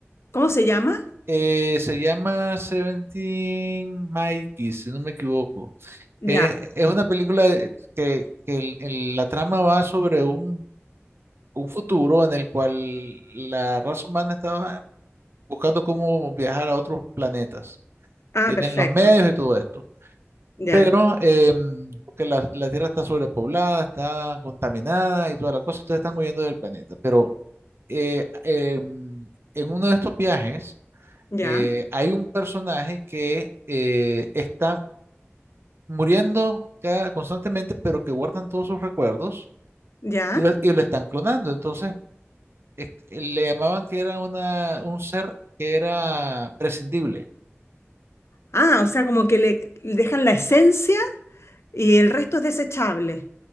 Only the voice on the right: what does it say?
eh, se llama Seventeen Mikey, si no me equivoco.
Es, es una película de- que, que el- el- la trama va sobre un, un futuro en el cual la raza humana estaba buscando cómo viajar a otros planetas.
Tienen
los medios y todo esto.
Pero eh, porque la, la Tierra está sobrepoblada, está contaminada y toda la cosa, entonces están huyendo del planeta. Pero eh, eh, en uno de estos viajes
eh, hay un personaje que eh, está muriendo cada- constantemente, pero que guardan todos sus recuerdos
y lo, y lo están clonando. Entonces es- le llamaban que era una, un ser que era prescindible.